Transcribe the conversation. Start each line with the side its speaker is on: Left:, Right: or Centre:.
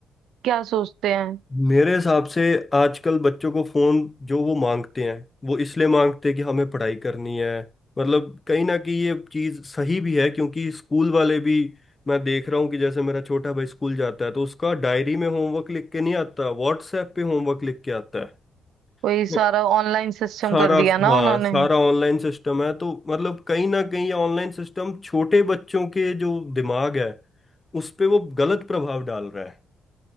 Right: क्या सोचते हैं
Left: मेरे हिसाब से आजकल बच्चों को फोन जो वो मांगते हैं वो इसलिए मांगते हैं कि हमें पढ़ाई करनी है मतलब कहीं ना कहीं ये चीज सही भी है क्योंकि स्कूल वाले भी मैं देख रहा हूँ कि जैसे मेरा छोटा भाई स्कूल जाता है तो उसका डायरी में होमवर्क लिख के नहीं आता व्हाट्सएप पे होमवर्क लिख के आता है
Right: वही
Left: तो
Right: सारा ऑनलाइन सिस्टम
Left: सारा
Right: कर दिया ना
Left: हाँ
Right: उन्होंने
Left: सारा
Right: हम्म।
Left: ऑनलाइन सिस्टम है तो मतलब कहीं ना कहीं ऑनलाइन सिस्टम छोटे बच्चों के जो दिमाग है उस पे वो गलत प्रभाव डाल रहा